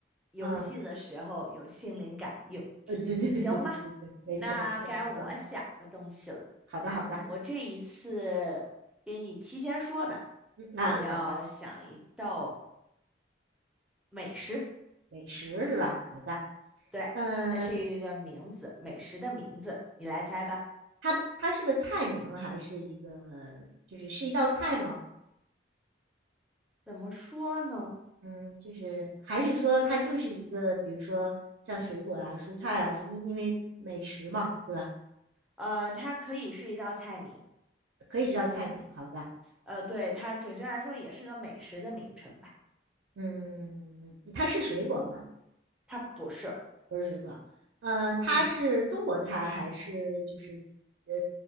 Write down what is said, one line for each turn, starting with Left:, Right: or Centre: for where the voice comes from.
Centre: 游戏的时候有心灵感应。
Right: 嗯，呃，对对对对对对对，
Centre: 行吧，
Right: 没错没错没错，
Centre: 那该我想个东西了。
Right: 好的好的，
Centre: 我这一次给你提前说吧，
Right: 嗯啊好的。
Centre: 我要想一道美食。
Right: 美食是吧？好的，
Centre: 对，
Right: 嗯，
Centre: 它是一个名字，美食的名字，你来猜吧。
Right: 它它是个菜名儿还是一个就是是一道菜吗？
Centre: 怎么说呢？
Right: 嗯，就是还是说它就是一个，比如说像水果啊、蔬菜啊，就因因为美食嘛，对吧？
Centre: 呃，它可以是一道菜名，
Right: 可以是道菜名。好的，
Centre: 呃，对，它准确来说也是个美食的名称吧。
Right: 嗯，它是水果吗？
Centre: 它不是，
Right: 不是水果。呃，它是中国菜还是就是呃
Centre: 嗯，